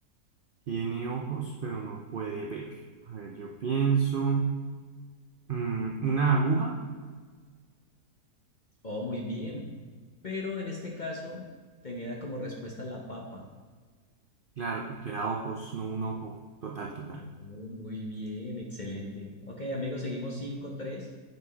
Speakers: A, on the right (about 55°); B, on the left (about 40°).
A: Tiene ojos, pero no puede ver. A ver, yo pienso, mm, ¿una aguja?
B: Oh, muy bien. Pero en este caso tenía como respuesta la papa.
A: Claro, porque era ojos, no un ojo. Total, total.
B: Oh, muy bien, excelente. Ok, amigos, seguimos cinco tres.